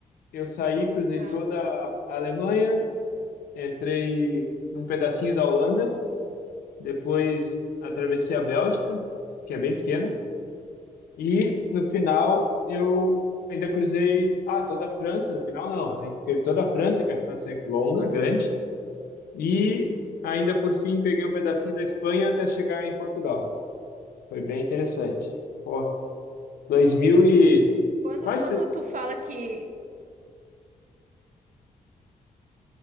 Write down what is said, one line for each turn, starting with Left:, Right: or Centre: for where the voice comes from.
Left: eu saí, cruzei
Right: Tá.
Left: toda a Alemanha, entrei num pedacinho da Holanda, depois atravessei a Bélgica, que é bem pequena, e no final eu ainda cruzei, ah, toda a França, no final não, aí teve toda a França, que a França é longa, grande, E ainda por fim peguei um pedacinho da Espanha até chegar em Portugal. Foi bem interessante. Pô, 2000 e
Right: Quando,
Left: quase
Right: quando
Left: tre-
Right: tu fala que